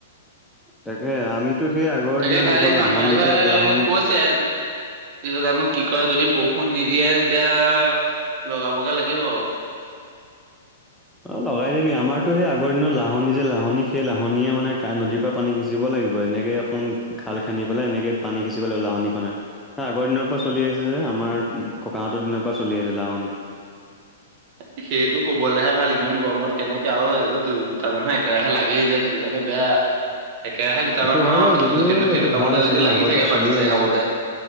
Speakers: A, in the centre; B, on the right.
A: তাকে আমিতো সেই আগৰ
B: তাকে
A: দিনৰ
B: কাইলে
A: যিখন লাহনী
B: মানুহ এঘৰে
A: যে লাহনী
B: কৈছে তি জানো কি কয় যদি ব ষুণ নিদিয়ে যেতিয়া লগাবগে লাগিব আও।
A: অ লগাই দিবি আমাৰতো সেই আগৰ দিনৰ লাহনী যে লাহনী সেই লাহনীয়ে মানে নদীৰ পৰা পানী সিচিব লাগিব এনে এনেকে কোন ঘাল খান্দি পেলাই এনেকে পানী সিচিবলৈ লাগিব লাহনিখনে। আগৰ দিনৰ পৰা চলি আহিছে যে আমাৰ ককাহঁতৰ দিনৰ পৰা চলি আছে লাহনি।
B: <inaudible> সেইটো কবলৈহে ভাল ইমান গৰমত কেনেকে আৰু এইটো দু- দুটা মানুহ একেৰাহে লাগেই যে সেইটো কাৰণে বেয়া। একেৰাহে দুটা
A: এইটো
B: মানুহ
A: হয়
B: আৰু
A: বাৰু
B: সেইটো
A: যদিও
B: সেইটো সেইটো
A: এইটো
B: কামতে
A: ভাল আছে
B: যদি
A: ন
B: লাগি
A: আগৰ
B: থাকে
A: পৰা চলিও
B: পানী সিঁচা
A: আহিছে
B: কামতে